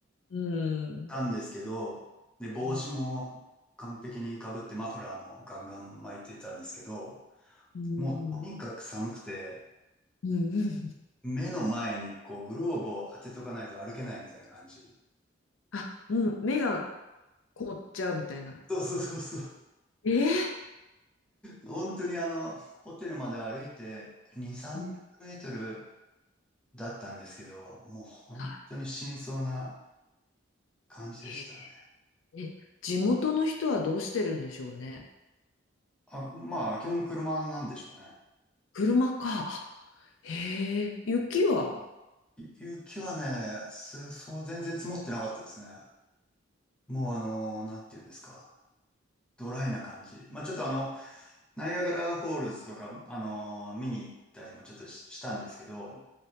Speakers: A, on the left; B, in the centre.
A: い。うん。
B: たんですけど、で、帽子も完璧に被って、
A: うん。
B: マフラーもガンガン巻いてたんですけど、
A: うん
B: もうとにかく寒くて、
A: うん。
B: 目の前にこう、グローブを当てとかないと歩けないみたいな感じ。
A: あ、うん。目が凍っちゃうみたいな。
B: そうそうそうそう。
A: えー、
B: 本当にあの、ホテルまで歩いて2、300メートル
A: うん
B: だったんですけど、もう本当に死にそうな
A: あ
B: 感じでしたね。
A: へーえ、地元の人はどうしてるんでしょうね。
B: あ、まあ、基本車なんでしょうね。
A: 車か。へえ、雪は
B: い雪はね、すそう、全然積もってなかったですね。もうあの、なんていうんですか。ドライな感じ。まあちょっとあの、ナイアガラフォールズとか、あの、見に行ったりもちょっとし、したんですけど、